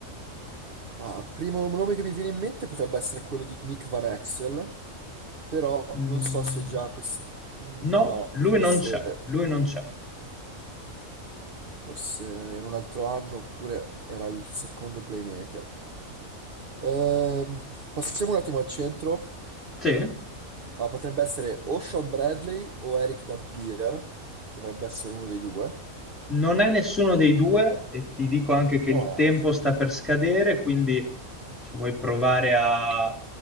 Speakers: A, on the right; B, in the centre.
A: Ah, primo nome che mi viene in mente potrebbe essere quello di Nick Van Exel, però
B: Mm,
A: non so se già questo... No,
B: No, lui
A: forse...
B: non c'è, lui non c'è.
A: Forse era un altro anno, oppure era il secondo playmaker. Ehm, passiamo un attimo al centro.
B: Sì?
A: Ah, potrebbe essere o Sean Bradley o Eric Dampier. Dovrebbe essere uno dei due.
B: Non è nessuno dei due e ti dico anche che il
A: Oh,
B: tempo sta per scadere, quindi se vuoi provare a, a